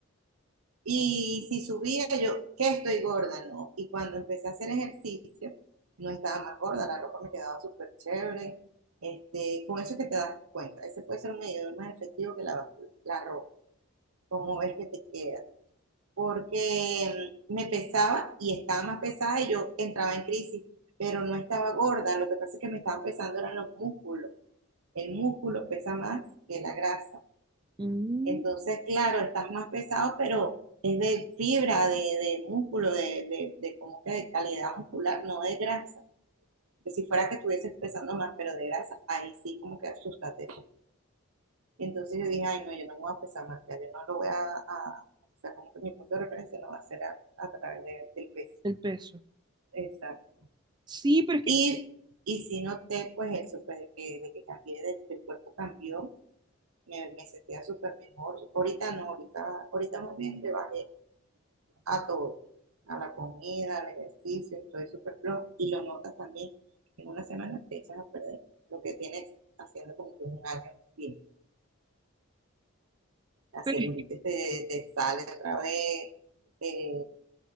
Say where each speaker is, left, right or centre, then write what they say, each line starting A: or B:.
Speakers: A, on the right; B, on the right.
A: Y si subía yo, que estoy gorda, no. Y cuando empecé a hacer ejercicio, no estaba más gorda, la ropa me quedaba súper chévere. Este, con eso es que te das cuenta. Ese puede ser un medidor más efectivo que la, vacuna, la ropa, como ves que te queda. Porque mm, me pesaba y estaba más pesada y yo entraba en crisis, pero no estaba gorda. Lo que pasa es que me estaban pesando eran los músculos. El músculo pesa más que la grasa.
B: mm,
A: Entonces, claro, estás más pesado, pero es de fibra, de, de músculo, de, de, de como que de calidad muscular, no de grasa. Que si fuera que estuvieses pesando más, pero de grasa, ahí sí como que asústate. Entonces yo dije, ay, no, yo no me voy a pesar más, ya yo no lo voy a, a- o sea, como que mi punto de referencia no va a ser a, a través de- del peso.
B: el peso.
A: Exacto.
B: Sí, pero es que,
A: Y, y sí noté, pues eso, pues de que, de que cambié, de el cuerpo cambió, me, me sentía súper mejor. Ahorita no, ahorita, ahorita muy bien, le bajé a todo, a la comida, al ejercicio, todo es superfluo y lo notas también, en una semana te echas a perder lo que tienes haciendo como que un año bien. La
B: pero
A: celulitis
B: es-
A: te, te sale otra vez, eh,